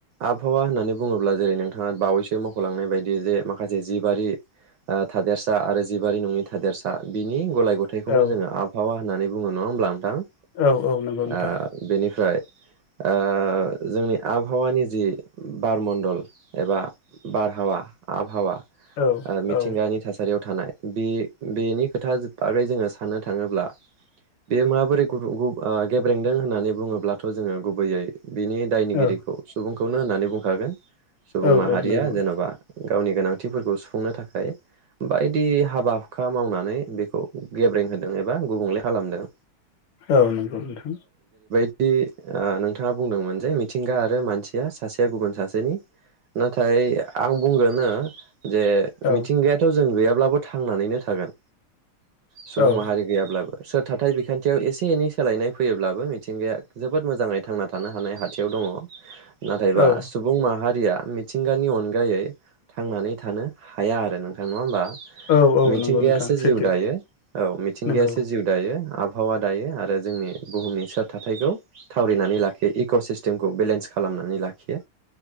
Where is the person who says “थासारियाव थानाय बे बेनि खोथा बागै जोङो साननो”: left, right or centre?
Right